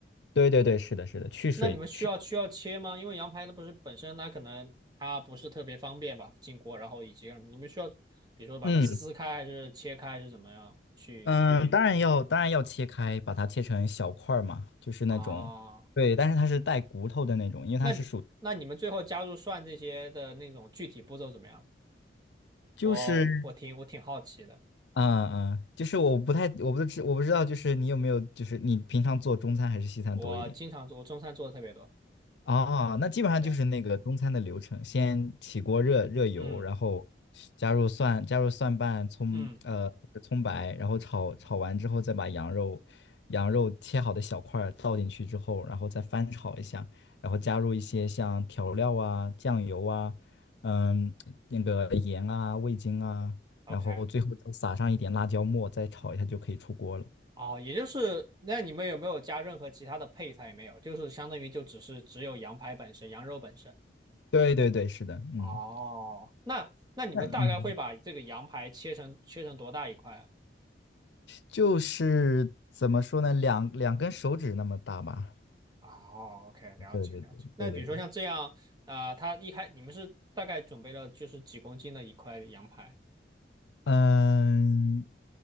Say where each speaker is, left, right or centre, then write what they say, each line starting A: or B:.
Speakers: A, on the left (about 70°); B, on the right (about 25°).
A: 对对对，是的，是的，去水去，
B: 那你们需要需要切吗？因为羊排它不是本身它可能它不是特别方便吧，进锅，然后以及什么，你们需要比如说把它撕开还是切开还是怎么样去
A: 嗯嗯，当然要当然要切开，把它切成小块儿嘛，就是那种，
B: 啊，
A: 对，但是它是带骨头的那种，因为它是属，
B: 那比那你们最后加入蒜这些的那种具体步骤怎么样？
A: 就是
B: 我我挺我挺好奇的，
A: 嗯嗯，就是我不太，我不知我不知道，就是你有没有，就是你平常做中餐还是西餐多一点？
B: 我经常做，我中餐做的特别多。
A: 啊，那基本上就是那个中餐的流程，
B: 对，
A: 先起锅热热油，
B: 嗯
A: 然后加入蒜，加入蒜瓣、葱，
B: 嗯
A: 呃，就是葱白，然后炒炒完之后，再把羊肉羊肉切好的小块儿倒进去之后，然后再翻炒一下，然后加入一些像调料啊、酱油啊，嗯，那个盐啊、味精啊，
B: ，OK，
A: 然后最后再撒上一点辣椒末，再炒一下就可以出锅了。
B: 哦，也就是那你们有没有加任何其他的配菜？也没有，就是相当于就只是只有羊排本身，羊肉本身。
A: 对对对，是的，嗯，
B: 哦，那那你们大概会把这个羊排切成切成多大一块啊？
A: 那嗯。就是怎么说呢，两两根手指那么大吧。
B: 哦，OK，了解了解。
A: 对对对对对对，
B: 那比如说像这样，啊、他一开你们是大概准备了就是几公斤的一块羊排
A: 嗯，